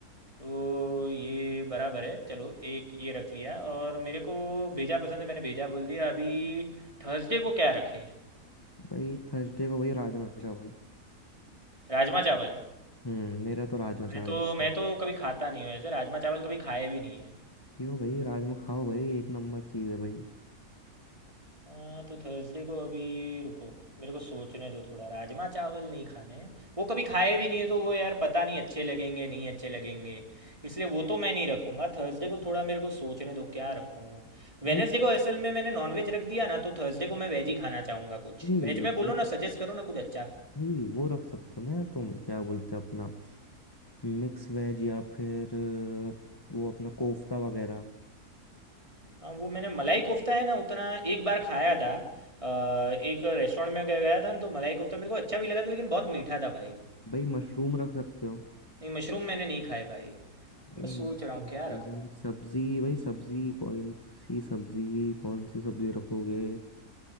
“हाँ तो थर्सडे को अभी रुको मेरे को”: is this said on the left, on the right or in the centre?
Right